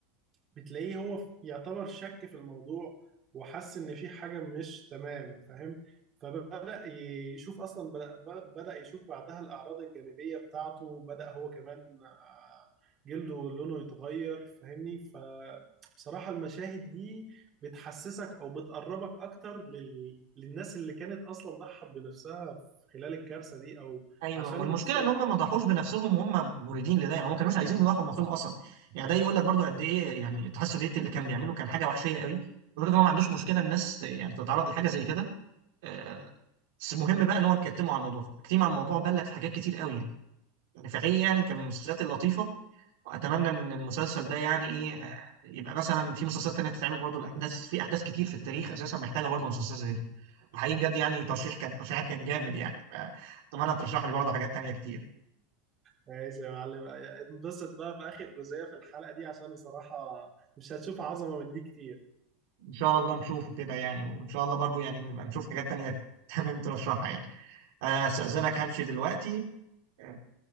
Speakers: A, on the right; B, on the right.
A: بتلاقيه هو ف- يعتبر شك في الموضوع وحس ان في حاجة مش تمام فاهم فبدأ ي- يشوف اصلا بدأ ب- بدأ يشوف بعدها الاعراض الجانبية بتاعته وبدأ هو كمان آه، جلده لونه يتغير فاهمني فبصراحة المشاهد دي بتحسسك او بتقربك اكتر لل... للناس اللي كانت اصلا ضحت بنفسها خلال الكارثة دي او
B: ايوه
A: عشان
B: والمشكله
A: اصلا
B: ان هم ما ضحوش بنفسهم وهم مريدين لده يعني هم ما كانوش عايزين يضحوا بنفسهم اصلا يعني ده يقول لك برضو قد ايه يعني الاتحاد السوفيتي اللي كان بيعمله كان حاجه وحشيه قوي لدرجه ان هو ما عندوش مشكله الناس يعني تتعرض لحاجه زي كده آه، بس المهم بقى ان هو نكتمه على الموضوع فالتكتيم على الموضوع بان لك في حاجات كتير قوي يعني نفاعية يعني كان من المسلسلات اللطيفة وأتمنى إن المسلسل ده يعني إيه آه، يبقى مثلا في مسلسلات تانية تتعمل برضو الأحداث في أحداث كتير في التاريخ أساسا محتاجة برضو مسلسلات زي دي وحقيقي بجد يعني ترشيح كان ترشيحك كان جامد يعني فأتمنى ترشح لي برضو حاجات تانية كتير
A: ماشي يا معلم انبسط بقى بآخر جزئية في الحلقة دي عشان بصراحة مش هتشوف عظمة من دي كتير
B: إن شاء الله نشوفه كده يعني وإن شاء الله برضو يعني نبقى نشوف حاجات تانية <laughs> تمام ترشحها يعني أنا هستأذنك همشي دلوقتي آه،